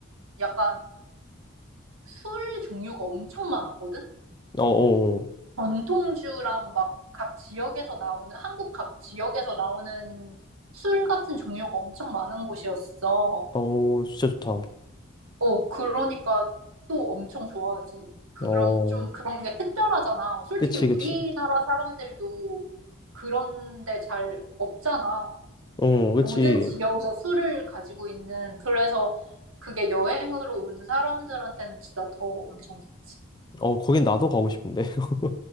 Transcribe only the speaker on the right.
약간 술 종류가 엄청 많았거든?
전통주랑 막 각 지역에서 나오는, 한국 각 지역에서 나오는 술 같은 종류가 엄청 많은 곳이었어.
어, 그러니까 또 엄청 좋아하지. 그런,
좀 그런 게 특별하잖아. 솔직히
우리나라
사람들도 그런 데 잘 없잖아.
모든 지역에 술을 가지고 있는. 그래서 그게 여행으로 온 사람들한테는 진짜 더 엄청 좋지.